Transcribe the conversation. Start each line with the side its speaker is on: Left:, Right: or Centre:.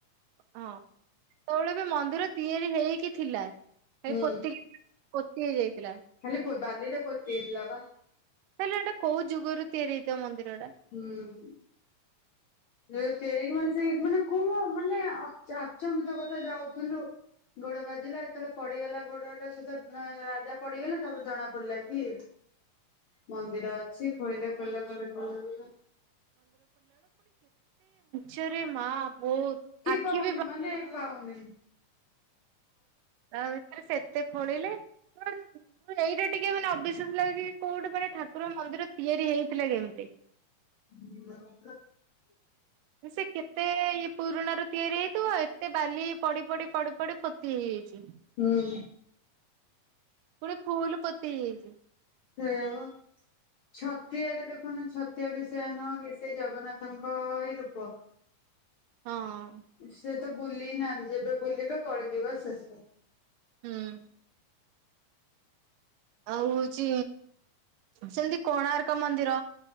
Right: ହଁ ସେତେବେଳେ ଏବେ ମନ୍ଦିର ତିଆରି ହେଇକି ଥିଲା। ହେଇ
Left: ହୁଁ
Right: ପୋତି ପୋତି ହେଇ ଯାଇଥିଲା।
Left: ଖାଲି ବାଲିରେ ପୋତିହେଇଥିଲା ବା
Right: ହେଲେ ଏଇଟା କୋଉ ଯୁଗରୁ ତିଆରି ହେଇଥିବ ମନ୍ଦିର ଟା
Left: ହୁଁ। ନା ସେ ମାନେ ସେ ମାନେ ଖୁ ମାନେ ଚାଚମ୍ୱିତ କଥା ଯାଉଛି। ଠୁଲୁ ଗୋଡ ବାଜି ବୁଝିଲା ଯେତେବେଳେ ପଡିଗଲା ଗୋଡ଼ଟା ସେତ ରାଜା ପଡିଗଲା ତାପରେ ଜଣା ପଡିଲା କି ମନ୍ଦିର ଅଛି ଖୋଳିଲେ ଖୋଳିଲେ ଖୋଲିଲେ
Right: ଛରେ ମା ମୋ ଆଖି
Left: ପାଉନି
Right: ବି
Left: ମାନେ ପାଉନି
Right: ଆଉ <unintelligible> ସେତେ ଖୋଳିଲେ ଏଇଟା ଟିକେ ମାନେ ଅବିଶ୍ୱାସ ଲାଗୁଛି। କୋଉଠି ମାନେ ଠାକୁର ମନ୍ଦିର ତିଆରି ହେଇଥିଲା କେମିତି
Left: ହଁ।
Right: ସେ କେତେ ଇଏ ପୁରୁଣ ର ତିଆରି ହେଇଥିବ ଆଉ ଏତେ ବାଲି ପଡି ପଡି ପଡି ପଡି ପୋତି ହେଇଯାଇଛି।
Left: ହୁଁ।
Right: ଗୋଟେ ଫୁଲ ପତି ହେଇଯାଇଛି।
Left: ସେଇଆବ ଛତିଆରେ ଦେଖନୁ ଛତିଆ ବି ସେୟ ନୁହଁ କି ସେ ଜଗନ୍ନାଥଙ୍କ ହିଁ ରୂପ
Right: ହଁ।
Left: ସେ ତ ବୁଲି ନାହାନ୍ତି ଯେବେ ବୁଲିବେ କଳିଯିବ ଶେଷ
Right: ହୁଁ। ଆଉ ହଉଛି ସେମିତି କୋଣାର୍କ ମନ୍ଦିର